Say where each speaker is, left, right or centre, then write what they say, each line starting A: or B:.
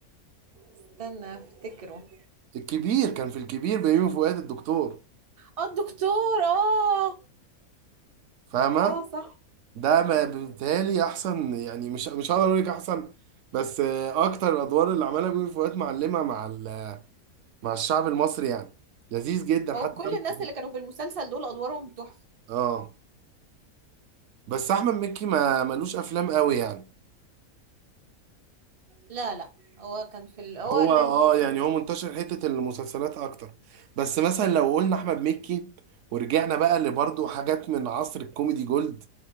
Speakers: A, on the right (about 35°); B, on the right (about 65°).
A: استنى افتكره
B: الكبير كان في الكبير بيومي فؤاد الدكتور
A: اه الدكتور اه
B: فاهمة
A: اه صح
B: ده
A: صح.
B: ما بالتالي احسن يعني مش مش هقدر اقول لك احسن بس آه، اكتر الادوار اللي عملها بيومي فؤاد معلمة مع ال- مع الشعب المصري يعني لذيذ جدا حتى
A: هو كل
B: دمه
A: الناس
B: خفيف.
A: اللي كانوا في المسلسل دول ادوارهم تحفة
B: اه بس احمد مكي ما ملوش افلام قوي يعني
A: لا لا هو كان في ال... هو
B: هو
A: ال...
B: اه
A: ال- ال-
B: يعني هو منتشر حتة المسلسلات اكتر بس مثلا لو قلنا احمد مكي ورجعنا بقى لبرضه حاجات من عصر الكوميدي جولد